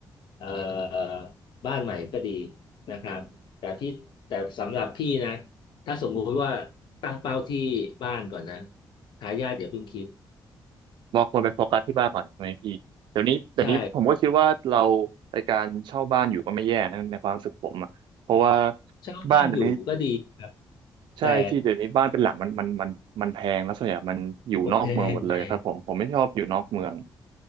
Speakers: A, on the left; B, on the right.
A: เอ่อบ้านใหม่ก็ดีนะครับแต่พี่แต่สำหรับพี่นะถ้าสมมุติว่าตั้งเป้าที่บ้านก่อนนะทายาทอย่าเพิ่งคิด
B: เราควรไปโฟกัสที่บ้านก่อนใช่ไหมพี่เดี๋ยวนี้เดี๋ยวนี้ผมก็คิดว่าเรา
A: ใช่
B: ในการเช่าบ้านอยู่ก็ไม่แย่นะในความรู้สึกผมอะเพราะว่า
A: เช่าบ้านอยู่ก็ดีครับ
B: บ้านเดี๋ยวนี้ ใช่พี่เดี๋ยวนี้บ้านเป็นหลังมันมันมันมันแพงแล้วส่วนใหญ่มันอยู่นอกเมืองหมดเลยครับผมผมไม่ชอบอยู่นอกเมือง
A: แต่โอแพงแพง